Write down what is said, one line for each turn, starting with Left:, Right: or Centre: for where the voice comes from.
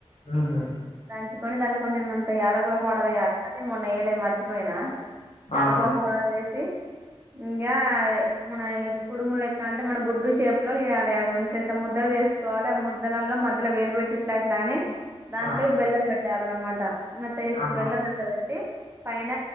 Left: ఆహా
Right: దంచుకొని దాంట్ల కొంచం త యాలకుల పౌడర్ ఎయ్యాలే మొన్న ఎయ్యాలే మర్చిపోయినా
Left: అవును.
Right: యాలకుల పౌడర్ ఏసీ ఇంగ మన కుడుములు లెకాంట్ టే మన గుడ్డు షేప్ లో చేయాలి ఇంతింత ముద్దలు చేసుకోవాలి ఆ ముద్దలలో మధ్యలో వేలు పెట్టి ఇట్లా ఇట్లా అని దాంట్లో
Left: ఆ!
Right: ఈ బెల్లం పెట్ యాలన్నమాట ఏమంత చేస్తం
Left: ఆహా!
Right: బెల్లం అంతా ఈ పైన